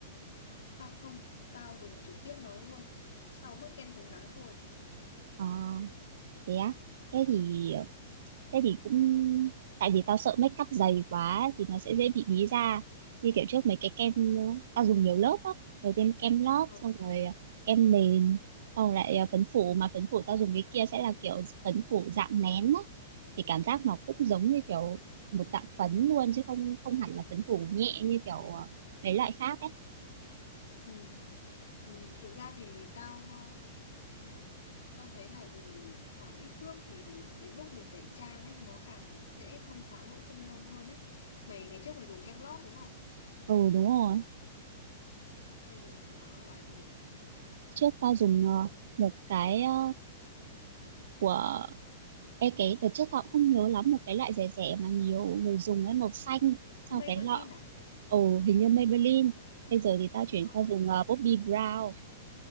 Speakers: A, on the left; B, on the right.
A: tao không tao dùng trực tiếp nó luôn sau bước kem chống nắng thôi
B: Ờ, thế á. Thế thì ờ, thế thì cũng tại vì tao sợ make up dày quá thì nó sẽ dễ bị bí da như kiểu trước mấy cái kem ờ, tao dùng nhiều lớp á đầu tiên kem lót
A: Ờ.
B: xong rồi ờ, kem nền xong rồi lại ờ, phấn phủ mà phấn phủ tao dùng cái kia sẽ là kiểu phấn phủ dạng nén á thì cảm giác nó cũng giống như kiểu một dạng phấn luôn chứ không không hẳn là phấn phủ nhẹ như kiểu ờ, mấy loại khác ấy
A: Ừ. Ừ. thực ra thì tao ờ, Ừ. tao thấy là dùng càng ít bước thì đến lúc mình tẩy trang ấy nó càng dễ thông thoáng lỗ chân lông hơn ấy mày ngày trước mày dùng kem lót đúng không
B: ừ đúng rồi
A: mày dùng của loại gì
B: trước tao dùng ờ, một cái ờ, của Ê, cái đợt trước tao cũng không nhớ lắm một cái loại rẻ rẻ mà nhiều người dùng ấy màu xanh sau
A: Maybelline
B: cái lọ
A: à
B: ồ hình như Maybelline bây giờ thì tao chuyển
A: Ờ,
B: qua dùng uh, Bobbi Brown